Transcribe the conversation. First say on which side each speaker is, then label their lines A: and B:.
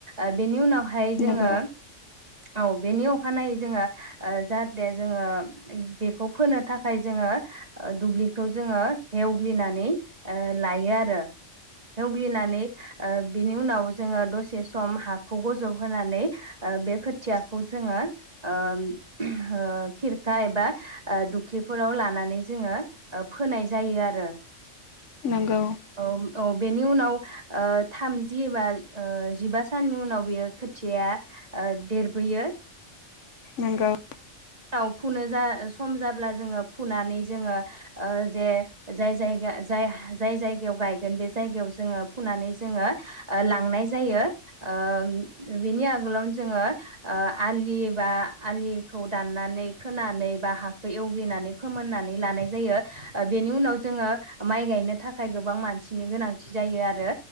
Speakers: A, on the right; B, on the left.
A: ओ बेनि उनाव हाय जोङो
B: नंगौ
A: औ बेनि अखानायै जोङो ओ जाहाथे जोङो बेखौ फोनो थाखाय जोङो दुब्लिखौ जोङो एवग्लिनानै ओ लायो। आरो एवग्लिनानै ओ बिनि उनाव जोङो दसे सम हाखौ गजब होनानै बे खोथियाखौ जोङो ओ ओ खिरखा एबा ओ दुब्लिफोराव लानानै जोङो ओ फोनाय जायो आरो।
B: नंगौ
A: औ औ बेनि उनाव ओ थामजि एबा ओ जिबा साननि उनाव बेयो खोथियाया ओ देरबोयो।
B: नंगौ
A: राव फुनो जा सम जाब्ला जोङो फुनानै जोङो अ जे जाय जायगा जाय जाय जायगायाव गायगोन बे जायगायाव जोङो फुनानै जोङो अ लांनाय जायो अ बेनि आगोलावनो जोङो अ आलि बा आलिखौ दाननानै खोनानै बा हाखौ एवग्लिनानै फोमोननानै लानाय जायो अ बेनि उनाव जोङो माइ गायनो थाखाय गोबां मानसिनि गोनांथि जायो आरो